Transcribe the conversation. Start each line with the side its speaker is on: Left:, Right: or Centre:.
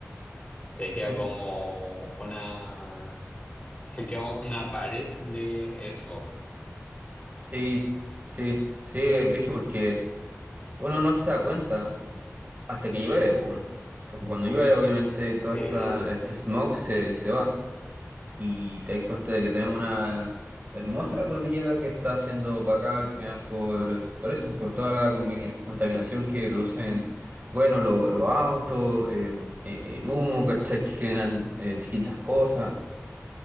Left: se queda
Right: Mm.
Left: como una, se queda una pared de smog.
Right: Sí, sí, sí, Brigio, porque uno no se da cuenta hasta que llueve, po, weón. Porque cuando llueve, obviamente,
Left: Se,
Right: todo esta, este smog se, se va. y te das cuenta de que tenemos una hermosa cordillera que está siendo opacada al final por, por eso, por toda la combi- contaminación que producen, bueno, lo- los autos, eh, eh, el humo, ¿cachai? Que generan eh, distintas cosas.